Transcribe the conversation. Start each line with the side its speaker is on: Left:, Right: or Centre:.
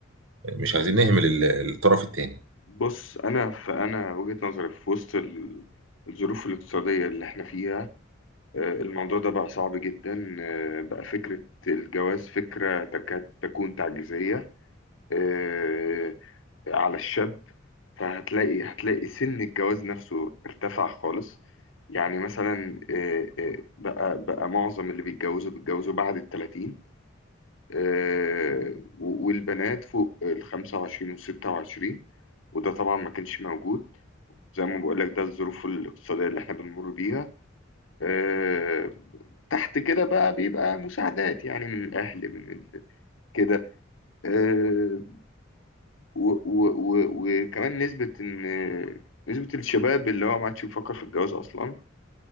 Right: مش عايزين نهمل ال- الطرف الثاني
Left: بص انا فانا وجهة نظري في وسط ال- الظروف الاقتصادية اللي احنا فيها آه، الموضوع ده بقى صعب جدا آه، بقى فكرة الجواز فكرة تكاد تكون تعجيزية آه، على الشاب فهتلاقي هتلاقي سن الجواز نفسه ارتفع خالص يعني مثلا آه، آه، بقى بقى معظم اللي بيتجوزوا بيتجوزوا بعد التلاتين آه، و- والبنات فوق الخمسة وعشرين والستة وعشرين وده طبعا ما كانش موجود زي ما بقول لك ده الظروف الاقتصادية اللي احنا بنمر بيها آه، تحت كده بقى بيبقى مساعدات يعني من الأهل من ال- كده آه، و و و وكمان نسبة إن نسبة الشباب اللي هو ما عادش بيفكر في الجواز أصلا